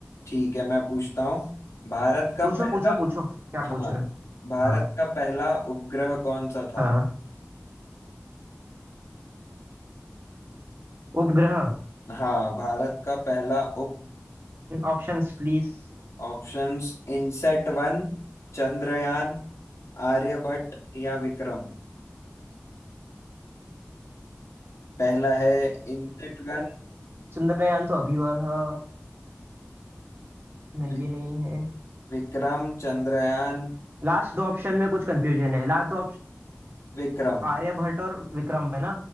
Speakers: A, on the left (about 80°); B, on the right (about 50°).
A: ठीक है मैं पूछता हूँ भारत का
B: पूछो
A: पहला
B: पूछो पूछो क्या
A: हाँ
B: पूछ रहे हो
A: भारत
B: हाँ
A: का पहला उपग्रह कौन सा था
B: हाँ उपग्रह
A: हाँ भारत का पहला उप
B: Options please
A: ऑप्शंस इनसेट वन चंद्रयान आर्यभट्ट या विक्रम पहला है इनसेट वन
B: चंद्रयान तो अभी हुआ था नहीं
A: वि,
B: ये नहीं है
A: विक्रम चंद्रयान
B: लास्ट दो ऑप्शन में कुछ कंफ्यूजन है लास्ट दो ऑप्शन
A: विक्रम
B: आर्यभट्ट और विक्रम है ना